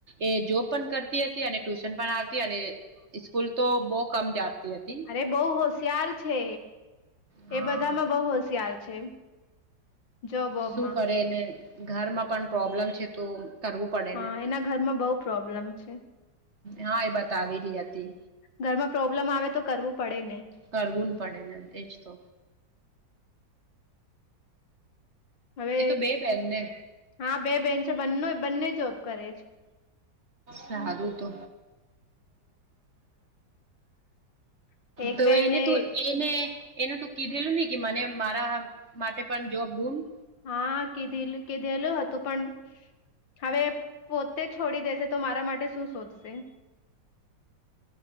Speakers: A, on the right; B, on the left.
A: એ જોબ પણ કરતી હતી અને ટ્યુશન પણ આવતી અને સ્કૂલ તો બહ કમ જાતી હતી.
B: એ બહ હોશિયાર છે
A: હા
B: એ બધામાં બહ હોશિયાર છે. જો બોબમાં
A: શું કરેને ઘરમાં પણ પ્રોબ્લેમ છે, તો. કરવું પડે
B: હા
A: ને
B: એના ઘરમાં બહુ પ્રોબ્લેમ છે.
A: હા એ બતાવેલી હતી.
B: ઘરમાં પ્રોબ્લેમ આવે તો કરવું પડે ને.
A: કરવું પડે ને એજ તો
B: હવે
A: એ તો બે બેન ને
B: હા બે બેન છે બંને બંને જોબ કરે છે.
A: સારું તો
B: છે એક
A: તો
B: બેને
A: એને તું એ એ એનું તો કીધેલું ને કે મને મારા માટે પણ જોબ ઢૂંઢ
B: હા કીધેલું કીધેલું હતું પણ હવે પોતે છોડી દેશે તો મારા માટે શું શોધશે